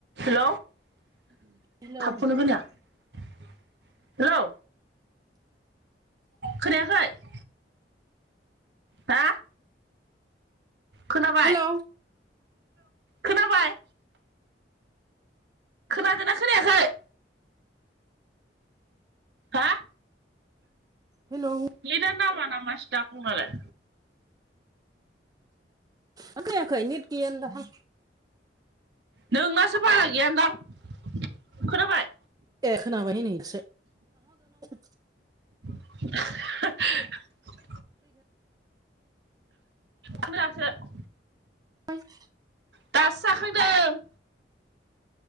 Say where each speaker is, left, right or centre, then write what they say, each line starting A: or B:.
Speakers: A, on the right; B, on the right.
A: हेल'
B: hello
A: थाबखौनो खोनाया hello खोनायाखै हा खोनाबाय
B: हेलौ
A: खोनाबाय खोनादों ना खोनायाखै हा
B: हेलौ
A: नेदानो‌ नाङा नामासै दा फनालाय
B: ओ खोनायाखै नेट गैयानो दाहां
A: नोंनासो बारा गैय दां खोनाबाय?
B: ए खोनाबायहाय नै दासो <unintelligible>
A: <unintelligible> <unintelligible>
B: <inaudible>
A: दासो जाखांदों।